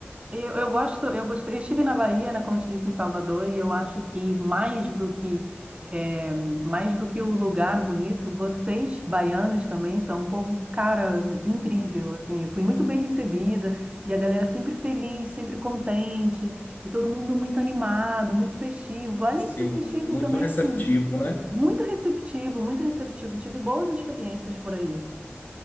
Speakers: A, on the right; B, on the left.
A: Eu, eu gosto, eu gostei. Eu estive na Bahia, né, como eu te disse, em Salvador, e eu acho que mais do que é, mais do que o lugar bonito, vocês, baianos, também são um povo, cara, incrível, assim. Eu fui muito bem recebida, e a galera sempre feliz, sempre contente, e todo mundo muito animado, muito festivo. Além
B: Sim,
A: de ser festivo
B: muito
A: também,
B: receptivo,
A: assim,
B: né?
A: muito receptivo, muito receptivo. Tive boas experiências por aí.